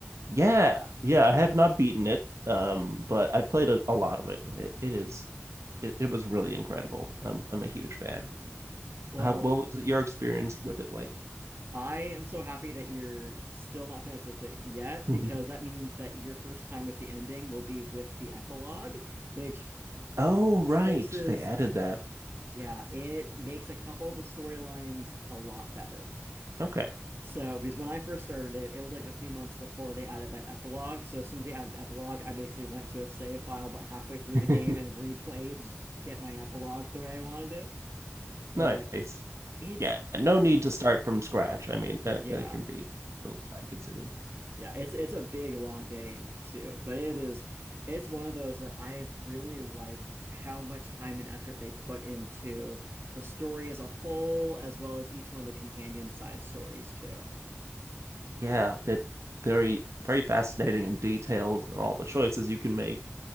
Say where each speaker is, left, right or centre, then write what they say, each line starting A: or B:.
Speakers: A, on the right; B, on the right.
A: Yeah, yeah, I have not beaten it, um, but I played a, a lot of it, and it it is it, it was really incredible. Um, I'm a huge fan.
B: Mm. Well,
A: How what was your experience with it like?
B: I am so happy that you're still not finished with it yet,
A: <laughs>
B: because that means that your first time with the ending will be with the epilogue, which f
A: oh right,
B: fixes,
A: they added that.
B: yeah, it makes a couple of the storylines a lot better.
A: Okay.
B: So, because when I first started it, it was like a few months before they added that epilogue. So, as soon as they added the epilogue, I basically went to a save file about halfway through
A: <laughs>
B: the game and replayed just to get my epilogue the way I wanted it. But
A: Nice.
B: it's,
A: Yeah, no need to start from scratch. I mean, that
B: yeah.
A: that can be a little time consuming.
B: Yeah, it's it's a big long game too, but it is it's one of those that I've really liked how much time and effort they put into the story as a whole, as well as each one of the companion side stories too.
A: Yeah, that very very fascinating and detailed and all the choices you can make.